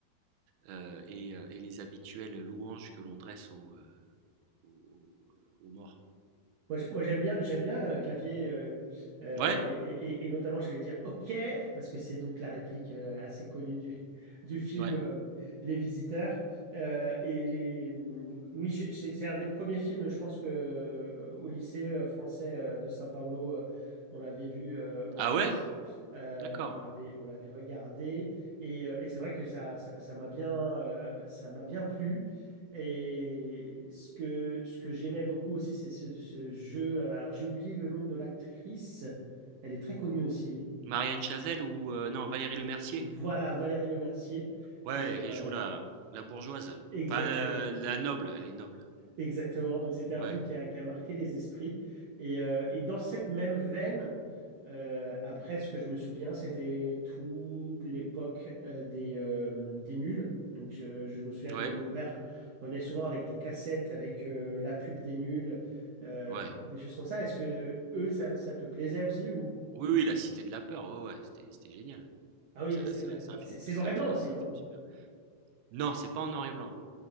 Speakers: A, on the right; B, on the right.
A: euh, et, euh, et les habituelles louanges que l'on dresse aux, euh, aux, aux- aux morts.
B: Moi, j'ai- moi, j'aime bien, j'aime bien un clavier, euh, euh,
A: Ouais,
B: et, et- et- et notamment, j'allais dire OK, parce que c'est donc la réplique euh, assez connue du, <laughs> du film
A: ouais.
B: euh, Les Visiteurs. Euh, et hum, donc, oui, j'ai- c'est c'est un des premiers films, je pense que euh, au lycée euh, français euh, de São Paulo, euh, on l'avait vu euh, en
A: Ah
B: classe.
A: ouais?
B: Euh,
A: D'accord.
B: on l'avait, on l'avait regardé. Et, euh, et c'est vrai que ça, ça, ça m'a bien, euh, ça m'a bien plu. Et ce que, ce que j'aimais beaucoup aussi, c'est ce, ce jeu. euh, Alors, j'ai oublié le nom de l'actrice. Elle est très connue aussi.
A: Marianne Chazelle ou heu, non, Valérie Lemercier?
B: Voilà, Valérie Lemercier, qui
A: Ouais,
B: faisait un...
A: elle joue la la bourgeoise.
B: Exactement.
A: Enfin, heu, la noble, elle est noble.
B: Exactement. Donc, c'était un
A: Ouais,
B: film qui a, qui a marqué les esprits. Et, euh, et dans cette même veine, euh, après, ce que je me souviens, c'était toute l'époque euh, des, euh, des nuls. Donc, euh, je me souviens
A: ouais,
B: que mon père revenait souvent avec des cassettes, avec euh, la pub des nuls, euh,
A: ouais.
B: des choses comme ça. Est-ce que eux, ça, ça te plaisait aussi ou...
A: Oui, oui, La Cité de la peur, ouais, ouais, c'était c'était génial.
B: Ah oui,
A: C'est
B: là,
A: un
B: c'était
A: c'est
B: de la
A: un
B: peur.
A: c'est un film
B: C'est c'est
A: c'est
B: noir
A: un
B: et blanc aussi,
A: c'est
B: non?
A: un film super. Non, c'est pas en noir et blanc.